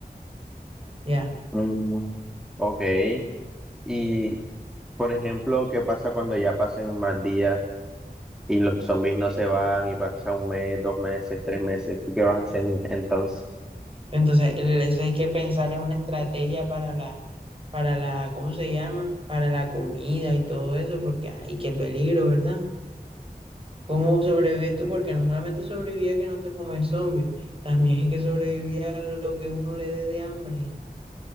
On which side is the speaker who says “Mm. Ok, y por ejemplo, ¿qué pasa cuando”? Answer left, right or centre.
Centre